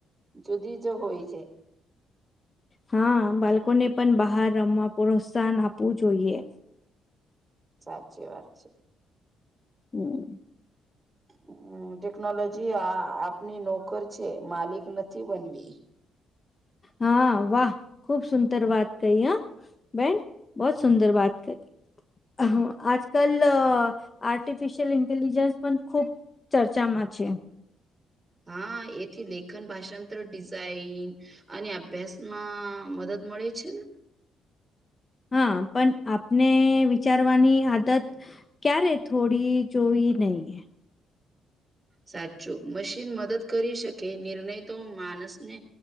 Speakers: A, on the right; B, on the left.
A: જુદી જ હોય છે.
B: હા બાળકોને પણ બહાર રમવા પ્રોત્સાહન આપવું જોઈએ.
A: સાચી વાત છે.
B: હમ
A: હમ ટેકનોલોજી આ આપની નોકર છે માલિક નથી બનવી.
B: હા વાહ ખુબ સુંદર વાત કહી હ બેન બહ સુંદર બાત કરી હા આજ કલ લો આર્ટિફિશયલ ઇન્ટેલિજન્સ પણ ખુબ ચર્ચામાં છે.
A: હા એથી લેખન ભાષાંતર ડિઝાઇન અને અભ્યાસ માં મદદ મળે છે ને.
B: હા પણ આપને વિચારવાની આદત ક્યારે થોડી જોઈ નહીં
A: સાચું મશીન મદદ કરી શકે નિર્ણય તો માણસને